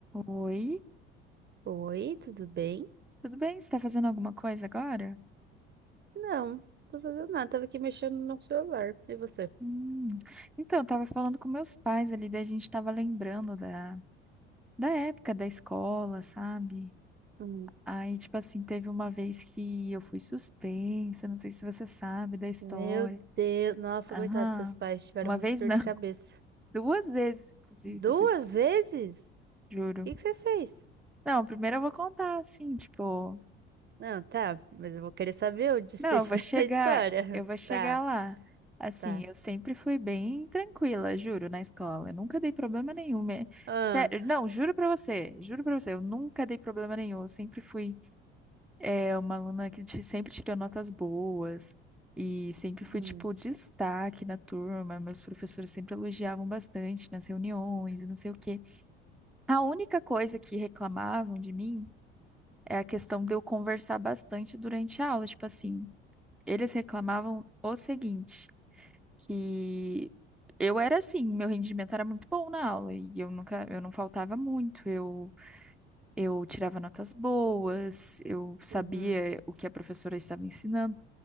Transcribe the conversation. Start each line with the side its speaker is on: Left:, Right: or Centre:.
Centre: Oi,
Right: Oi, tudo bem?
Centre: tudo bem? Você tá fazendo alguma coisa agora?
Right: Não, tô fazendo nada. Tava aqui mexendo no celular. E você?
Centre: Hum, Então, eu tava falando com meus pais ali, daí a gente tava lembrando da, da época da escola, sabe?
Right: Hum.
Centre: Aí, tipo assim, teve uma vez que eu fui suspensa, não sei se você sabe da história.
Right: Meu Deus. Nossa,
Centre: Aham,
Right: coitado, seus pais tiveram
Centre: uma
Right: muita
Centre: vez
Right: dor
Centre: não,
Right: de
Centre: <laughs>
Right: cabeça.
Centre: duas vezes, inclusive,
Right: Duas
Centre: que eu fui suspensa,
Right: vezes?
Centre: juro.
Right: O que que você fez?
Centre: Não, primeiro eu vou contar, assim, tipo,
Right: Não, tá, mas eu vou querer saber o desfecho
Centre: Não, eu vou
Right: <laughs> dessa
Centre: chegar,
Right: história.
Centre: eu vou chegar
Right: Tá,
Centre: lá. Assim,
Right: tá.
Centre: eu sempre fui bem tranquila, juro, na escola. Eu nunca dei problema nenhum. é-
Right: Ah,
Centre: Sério, não, juro pra você, juro pra você, eu nunca dei problema nenhum. Eu sempre fui é, uma aluna que ti- sempre tirou notas boas e sempre fui,
Right: hum,
Centre: tipo, destaque na turma. Meus professores sempre elogiavam bastante nas reuniões e não sei o quê. A única coisa que reclamavam de mim é a questão de eu conversar bastante durante a aula, tipo assim. Eles reclamavam o seguinte, que eu era assim, meu rendimento era muito bom na aula e eu nunca, eu não faltava muito, eu eu tirava notas boas, eu sabia
Right: uhum.
Centre: o que a professora estava ensinando,